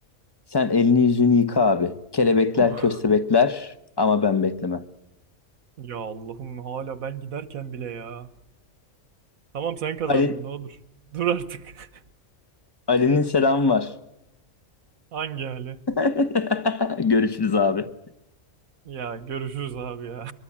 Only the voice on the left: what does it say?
Sen elini yüzünü yıka abi. Kelebekler,
köstebekler ama ben beklemem.
Ali,
Ali'nin selamı var.
<laughs> Görüşürüz abi.